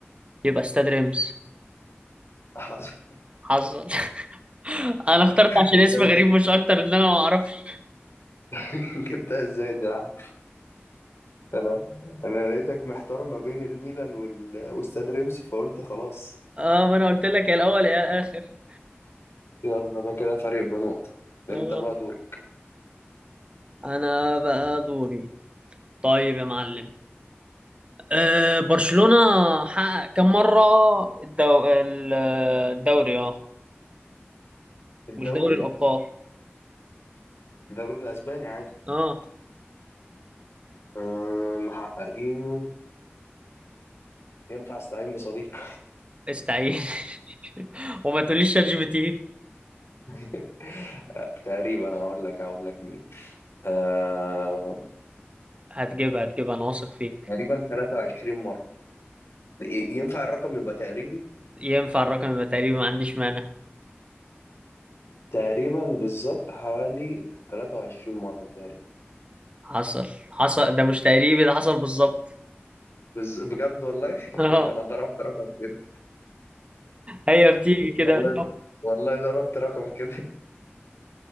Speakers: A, on the right; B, on the left.
A: يبقى استاد ريمز
B: <laughs> حصل
A: حصل <laughs> انا اخترت عشان
B: جبتها
A: اسم غريب مش اكتر ان انا ما اعرفش
B: <laughs> جبتها ازاي ده يا عم انا انا لقيتك محتار ما بين الميلان وال... واستاد رمسي فقلت خلاص
A: اه ما انا قلت لك يا الاول يا اخر
B: يلا انا كده فارق بنقطة ده
A: اه
B: انت بقى دورك
A: انا بقى دوري طيب يا معلم أه برشلونة حقق كم مرة الدو... ال- الدوري اه
B: الدوري
A: مش دوري الأبطال
B: الدوري الاسباني عادي
A: اه
B: أه محققينه ينفع استعين بصديق
A: استعين <laughs> وما تقوليش شات جي بي تي
B: <laughs> آه، تقريبا هقول لك هقول لك مين أه
A: هتجيبها هتجيبها انا واثق فيك
B: تقريبا 23 مرة ي- ينفع الرقم يبقى تقريبي
A: ينفع الرقم يبقى تقريبي ما عنديش مانع
B: تقريبا بالظبط حوالي 23 مرة تقريبا
A: حصل حصل ده مش تقريبي ده حصل بالظبط
B: بز... بجد والله
A: <laughs>
B: <laughs>
A: اه
B: انا ضربت رقم كده
A: هي بتيجي كده
B: والله
A: بالحب
B: والله ضربت رقم كده